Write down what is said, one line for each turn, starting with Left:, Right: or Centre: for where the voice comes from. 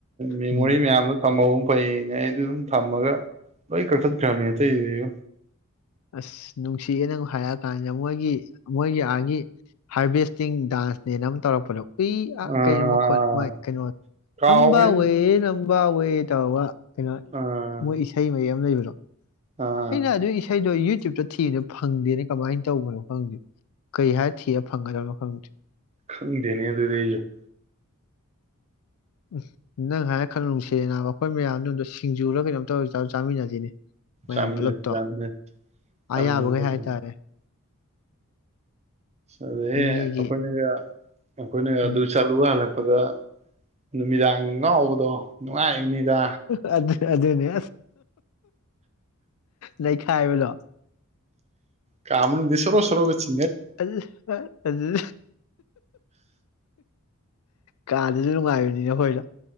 Right: ꯃꯦꯃꯣꯔꯤ
Left: ꯎꯝ
Right: ꯃꯌꯥꯝꯗꯣ ꯊꯝꯍ ꯐꯩꯅꯦ ꯑꯩꯗ ꯑꯗꯨꯝ ꯊꯝꯃꯒ ꯂꯣꯏ ꯀꯛꯊꯠꯈ꯭ꯔꯕꯅꯦ ꯑꯇꯩꯗꯨ
Left: ꯑꯁ ꯅꯨꯡꯁꯤꯑꯦꯅ ꯍꯥꯏꯔꯛꯑꯀꯥꯟꯁꯤꯗ ꯃꯣꯏꯒꯤ ꯃꯣꯏꯒꯤ ꯑꯥꯒꯤ ꯍꯥꯔꯚꯦꯁꯇꯤꯡ ꯗꯥꯟꯁꯅꯦꯅ ꯑꯃ ꯇꯧꯔꯛꯄꯗꯣ ꯏ
Right: ꯑꯥ
Left: ꯀꯩꯅꯣ ꯃꯈꯣꯠ ꯀꯩꯅꯣ
Right: ꯀꯥꯎꯈ꯭ꯔꯦ
Left: ꯅꯕꯥꯋꯦ
Right: ꯑꯗꯨ
Left: ꯅꯕꯥ ꯑꯣꯏꯣꯏ ꯇꯕ ꯀꯩꯅꯣ
Right: ꯑꯥ
Left: ꯃꯣꯏ ꯏꯁꯩ ꯃꯌꯦꯛ ꯑꯃ ꯂꯩꯕ꯭ꯔꯣ
Right: ꯑꯥ
Left: ꯑꯩꯅ ꯑꯗꯨ ꯏꯁꯩꯗꯣ ꯌꯨ ꯌꯨꯇꯌꯨꯕꯇ ꯊꯤꯅ ꯐꯪꯗꯦꯅ ꯀꯃꯥꯏꯅ ꯇꯧꯕꯅꯣ ꯐꯪꯗꯦ ꯀꯔꯤ ꯍꯥꯏ ꯊꯤꯔ ꯐꯪꯒꯗꯣ ꯃꯐꯝ
Right: ꯈꯪꯗꯅꯦꯗꯗ ꯌꯥ
Left: ꯎꯝ ꯅꯪ ꯍꯥꯏꯔ ꯈꯪ ꯅꯨꯡꯁꯕ ꯑꯩꯈꯣꯏ ꯃꯌꯥꯝꯗꯨꯗ ꯁꯤꯡꯖꯨꯒ ꯀꯩꯅꯣꯝ ꯇꯧꯔ ꯆꯥꯃꯤꯟꯅꯁꯤꯅꯦ ꯃꯌꯥꯝ
Right: ꯆꯥꯃꯤꯟꯅꯁꯤ
Left: ꯄꯨꯂꯞꯇꯣ
Right: ꯆꯥꯃꯤꯟꯅꯁꯤ ꯆꯥꯃꯤꯟꯅꯁꯤ
Left: ꯑꯌꯥꯕꯈꯩ ꯍꯥꯏꯇꯥꯔꯦ
Right: ꯑꯗꯨꯗꯦ
Left: ꯏꯅꯦꯒꯤ
Right: ꯄꯈꯅꯒ ꯑꯩꯣꯏꯅ
Left: ꯎꯝ
Right: ꯑꯗꯨꯨꯏ ꯆꯜ ꯂꯍ ꯍꯜꯒ ꯄꯗ ꯅꯨꯃꯤꯗꯥꯡ ꯉꯥꯎꯕꯗꯣ ꯅꯨꯡꯉꯥꯏꯕꯅꯤꯗ
Left: ꯗ ꯑꯗꯨꯗꯅꯦ ꯂꯩꯈꯥꯏꯕꯗꯣ
Right: ꯀꯃꯅ ꯁꯣꯔꯣ ꯁꯔꯒꯁꯤ
Left: ꯑꯗꯨ ꯑꯗꯨ ꯀꯥꯗꯗꯤ ꯅꯨꯡꯉꯥꯏꯕꯅꯤꯅꯦ ꯍꯣꯏꯗ